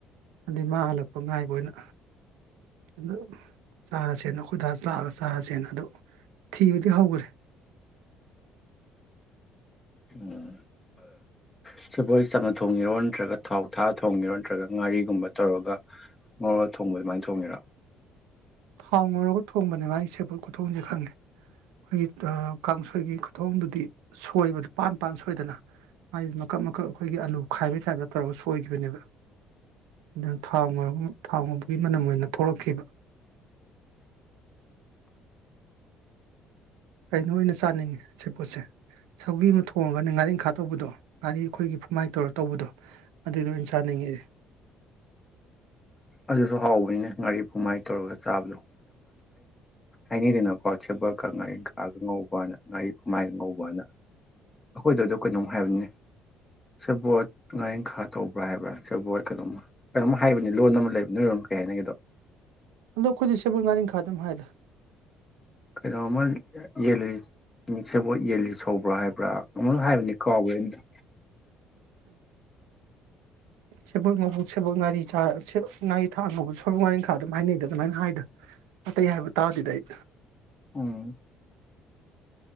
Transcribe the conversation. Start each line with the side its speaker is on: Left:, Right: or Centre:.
Right: ꯑꯗꯩ ꯃꯥ ꯍꯜꯂꯛꯄ ꯉꯥꯏꯕ ꯑꯣꯏꯅ ꯑꯗꯨ ꯆꯥꯔꯁꯦꯅ ꯑꯩꯈꯣꯏ ꯇꯖ ꯂꯥꯛꯑꯒ ꯆꯥꯔꯁꯦꯅ ꯑꯗꯨ ꯊꯤꯕꯗꯤ ꯍꯧꯈ꯭ꯔꯦ
Left: ꯎꯝ ꯁꯕꯣꯜ ꯆꯝꯅ ꯊꯣꯡꯉꯤꯔꯣ ꯅꯠꯇ꯭ꯔꯒ ꯊꯥꯎ ꯊꯥ ꯊꯣꯡꯉꯤꯔꯣ ꯅꯠꯇ꯭ꯔꯒ ꯉꯥꯔꯤꯒꯨꯝꯕ ꯇꯧꯔꯒ ꯉꯣꯔꯒ ꯊꯣꯡꯕ ꯑꯗꯨꯃꯥꯏꯅ ꯊꯣꯡꯉꯤꯔꯣ
Right: ꯊꯥꯎ ꯉꯧꯔꯒ ꯊꯣꯡꯕꯅꯦꯕ ꯃꯥꯒꯤ ꯁꯦꯄꯠ ꯈꯨꯊꯣꯡꯁꯦ ꯈꯪꯉꯦ ꯑꯩꯈꯣꯏꯒꯤ ꯀꯥꯡꯁꯣꯏꯒꯤ ꯈꯨꯊꯣꯡꯗꯨꯗꯤ ꯁꯣꯏꯕꯗꯨ ꯄꯥꯟ ꯄꯥꯟ ꯁꯣꯏꯗꯅ ꯃꯥꯗꯤ ꯃꯀꯛ ꯃꯀꯛ ꯑꯩꯈꯣꯏꯒꯤ ꯑꯂꯨ ꯈꯥꯏꯕꯒꯤ ꯇꯥꯏꯞꯇ ꯇꯧꯔꯒ ꯁꯣꯏꯈꯤꯕꯅꯦꯕ ꯑꯗꯨꯅ ꯊꯥꯎ ꯉꯧꯔꯒ ꯊꯥꯎ ꯉꯧꯕꯒꯤ ꯃꯅꯝ ꯑꯣꯏꯅ ꯊꯣꯛꯂꯛꯈꯤꯕ ꯀꯩꯅꯣ ꯑꯣꯏꯅ ꯆꯥꯅꯤꯡꯉꯤ ꯁꯦꯞ ꯄꯣꯠꯁꯦ ꯁꯧꯒꯤ ꯑꯃ ꯊꯣꯡꯉꯒꯅꯦ ꯉꯥꯔꯤꯪꯈꯥ ꯇꯧꯕꯗꯣ ꯉꯥꯔꯤ ꯑꯩꯈꯣꯏꯒꯤ ꯐꯨꯃꯥꯏꯅ ꯇꯧꯔꯒ ꯇꯧꯕꯗꯣ ꯑꯗꯨꯏꯗꯣ ꯑꯣꯏꯅ ꯆꯥꯅꯤꯡꯉꯤꯗꯤ
Left: ꯑꯗꯨꯁꯨ ꯍꯥꯎꯕꯅꯤꯅꯦ ꯉꯥꯔꯤ ꯐꯃꯥꯏꯅ ꯇꯧꯔꯒ ꯆꯥꯕꯗꯣ <unintelligible> ꯍꯥꯏꯅꯩꯗꯅꯀꯣ ꯁꯦꯕꯣꯠꯀ ꯉꯥꯔꯦꯟꯈꯥꯒ ꯉꯧꯕꯅ ꯉꯥꯔꯤ ꯐꯝꯃꯥꯏꯒ ꯉꯧꯕꯑꯅ ꯑꯩꯈꯣꯏꯗ ꯑꯗꯨ ꯀꯩꯅꯣꯝ ꯍꯥꯏꯕꯅꯤ ꯁꯦꯕꯣꯠ ꯉꯥꯔꯦꯟꯈꯥ ꯇꯧꯕ꯭ꯔꯥ ꯍꯥꯏꯕ꯭ꯔꯥ ꯁꯦꯕꯣꯠ ꯀꯩꯅꯣꯝꯃ ꯀꯩꯅꯣꯝ ꯍꯥꯏꯕꯅꯤ ꯂꯣꯟ ꯑꯃ ꯂꯩꯕ ꯅꯣꯏꯔꯝ ꯀꯩ ꯍꯥꯏꯅꯒꯦꯗꯣ
Right: ꯗ ꯈꯨꯣꯏꯗꯤꯁꯦꯕꯒꯥꯅꯤ ꯈꯥꯗꯨꯝ ꯍꯥꯏꯗ
Left: ꯀꯩꯅꯣꯝꯃ ꯌꯦꯜꯂꯤ ꯁꯦꯕꯣꯠ ꯌꯦꯜꯂꯤ ꯁꯧꯕ꯭ꯔꯥ ꯍꯥꯏꯕ꯭ꯔꯥ ꯑꯃ ꯍꯥꯏꯕꯅꯤ ꯀꯥꯎꯋꯦ ꯑꯗꯨꯗꯣ
Right: ꯁꯦꯕꯠ ꯃꯕꯨꯣꯛ ꯁꯦꯕꯣꯛ ꯅꯥꯔꯤ ꯆꯥ ꯉꯥꯔꯤ ꯊꯥꯛ ꯃꯕꯨꯛ ꯁꯣꯏꯕꯣꯛ ꯉꯥꯔꯤꯟꯈꯥ ꯑꯗꯨꯝ ꯍꯥꯏꯅꯩꯗ ꯑꯗꯨꯃꯥꯏꯅ ꯍꯥꯏꯗꯅ ꯑꯇꯩ ꯍꯥꯏꯕ ꯇꯥꯔꯗꯤ ꯑꯩ
Left: ꯎꯝ